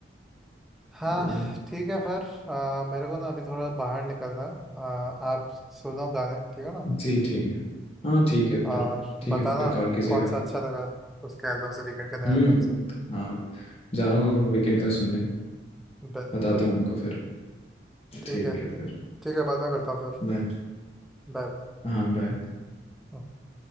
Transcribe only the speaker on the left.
तो
जी ठीक है हाँ ठीक है
फिर ठीक
है फिर कॉल कीजिएगा
हम्म
हाँ जा रहा हूँ वीकेंड का सुनने
बताता हूँ आपको फिर
ठीक
है फिर
बाय
हाँ बाय